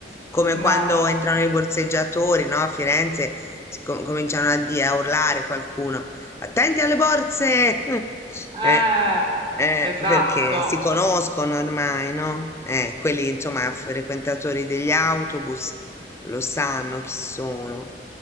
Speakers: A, on the left (about 15°); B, on the right (about 30°).
A: Come quando
B: Non...
A: entrano i borseggiatori, no? A Firenze si com- cominciano a, dire, a urlare qualcuno. Attenti alle borse! <laughs> Eh,
B: Eh,
A: eh,
B: esatto.
A: perché si conoscono ormai, no? Eh, quelli, insomma, frequentatori degli autobus lo sanno chi sono,